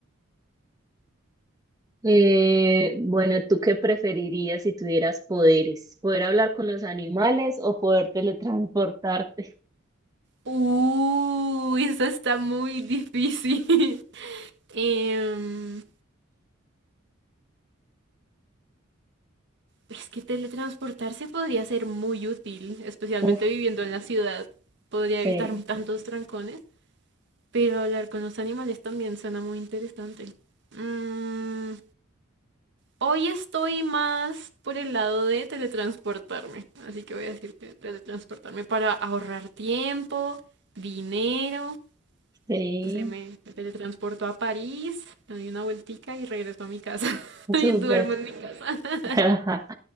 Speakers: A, on the right; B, on the right.
A: Eh, bueno, ¿tú qué preferirías si tuvieras poderes? ¿Poder hablar con los animales o poder teletransportarte?
B: uh, eso está muy difícil. <laughs> Em, es que teletransportarse podría ser muy útil, especialmente
A: <laughs> Uf,
B: viviendo en la ciudad. Podría
A: sí,
B: evitarme tantos trancones. Pero hablar con los animales también suena muy interesante. Mm, hoy estoy más por el lado de teletransportarme. Así que voy a decir que teletransportarme para ahorrar tiempo, dinero.
A: sí,
B: No sé, me, me teletransporto a París, me doy una vueltica y regreso a mi casa. <laughs> y
A: súper.
B: duermo en mi casa. <laughs>
A: <laughs>